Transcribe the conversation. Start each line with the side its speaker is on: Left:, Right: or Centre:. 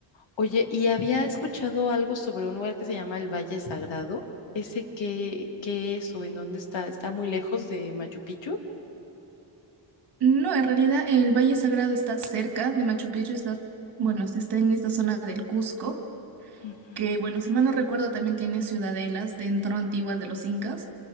Left: Oye, y había escuchado algo sobre un lugar que se llama el Valle Sagrado. ¿Ese qué, qué es o en dónde está? ¿Está muy lejos de Machu Picchu?
Right: No, en realidad el Valle Sagrado está cerca de Machu Picchu, está, bueno, está en esta zona del Cusco,
Left: Ujú.
Right: que, bueno, si mal no recuerdo, también tiene ciudadelas dentro antiguas de los incas.